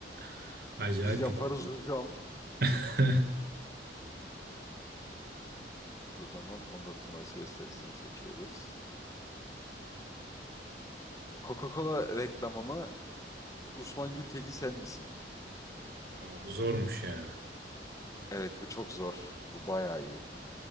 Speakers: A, on the right; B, on the left.
A: <laughs> acayip
B: Biz yaparız
A: bir bak.
B: hocam.
A: <laughs>
B: O zaman 19 Mayıs gösterisini seçiyoruz. Coca-Cola reklamımı mı? Osman Gültekin sen misin?
A: Aa, bu zormuş ya.
B: Evet bu çok zor. Bu bayağı iyi.